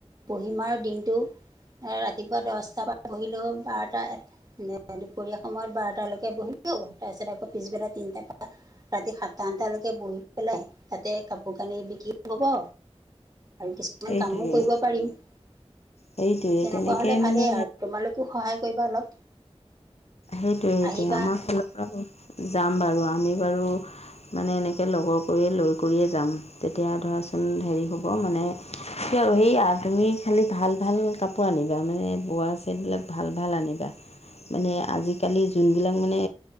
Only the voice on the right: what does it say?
বহিম আৰু দিনটো। এ ৰাতিপুৱা দচটা পা বহিলেও বাৰটা, এটা নে দুপৰীয়া সময়ত বাৰটালৈকে বহিলো, তাৰপিছত আকৌ পিছবেলা তিনিটাৰ পা ৰাতি সাতটা, আঠটালৈকে বহি পেলাই তাতে কাপোৰ কানি বিকি হ'ব। আৰু কিছুমান
কামো কৰিব পাৰিম তেনেকোৱা
হলে ভালেই
আৰু তোমালোক তোক সহায় কৰিব অলপ
আহিবা